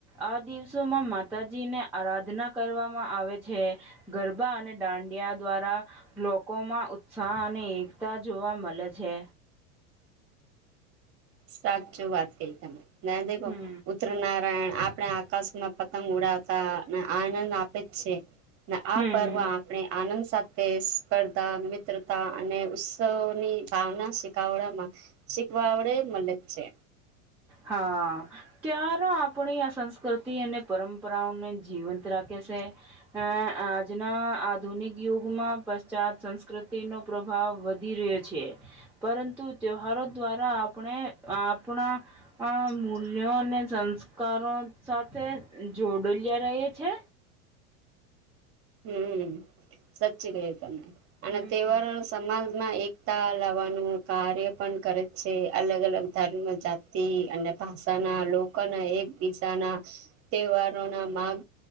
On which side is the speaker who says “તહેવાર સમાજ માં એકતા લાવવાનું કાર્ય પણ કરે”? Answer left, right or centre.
Right